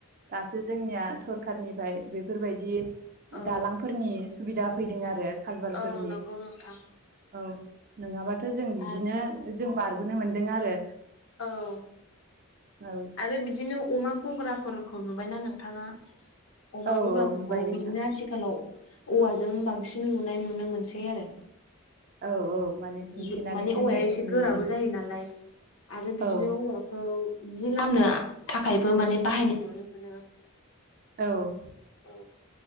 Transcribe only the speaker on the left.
औ नोंथां औ
औ नंगौ नोंथां
आरो
औ
आरो बिदिनो अमा गग्राफोर खौ नुबायना नोंथाङा अमा
गग्राफोरखौ
बिदिनो आथि खालाव औवाजों बांसिन लुनाय नुनो मोनसै आरो।
<unintelligible>
माने
औवाया एसे
गोराबो
जायो नालाय। आरो बिदिनो
औवाखौ जि लामनो थाखायबो माने बाहायनाय नुनो मोनो
औ